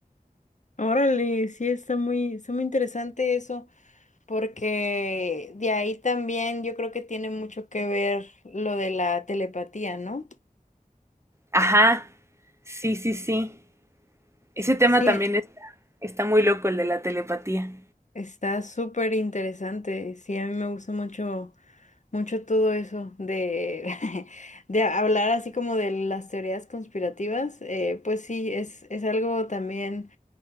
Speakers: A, on the left; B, on the right.
A: Órale, sí, está muy, está muy interesante eso. Porque de ahí también yo creo que tiene mucho que ver lo de la telepatía, ¿no?
B: Ajá, sí, sí, sí. Ese tema
A: Sí,
B: también es- está muy loco, el de la telepatía.
A: está súper interesante. Sí, a mí me gusta mucho, mucho todo eso de, <laughs> de hablar así como de las teorías conspirativas. Eh, pues sí, es, es algo también